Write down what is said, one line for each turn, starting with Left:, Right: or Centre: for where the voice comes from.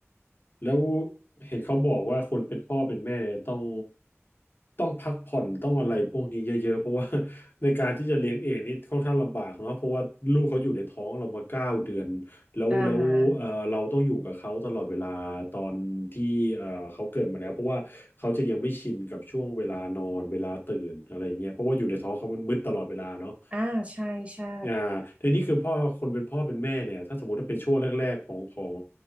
Left: แล้วเห็นเขาบอกว่าคนเป็นพ่อเป็นแม่เนี่ยต้องต้องพักผ่อนต้องอะไรพวกนี้เยอะๆเพราะว่า <laughs> ในการที่จะเลี้ยงเองนี่ค่อนข้างลำบากเนาะเพราะว่าลูกเขาอยู่ในท้องเรามาเก้าเดือนแล้วแล้วเอ่อเราต้องอยู่กับเขาตลอดเวลาตอนที่เอ่อเขาเกิดมาแล้วเพราะว่าเขาจะยังไม่ชินกับช่วงเวลานอนเวลาตื่นอะไรอย่างเงี้ยเพราะว่าอยู่ในท้องเขามันมืดตลอดเวลาเนาะ
Right: อ่า อ่าใช่ใช่
Left: อ่าทีนี้คือพ่อคนเป็นพ่อเป็นแม่เนี่ยถ้าสมมติว่าเป็นช่วงแรกๆของของ